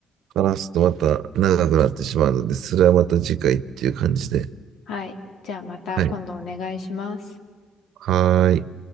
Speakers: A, on the right; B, on the left.
A: 話すとまた長くなってしまうので、それはまた次回っていう感じで。
B: はい。じゃあまた今度お願いします。
A: はい。はーい。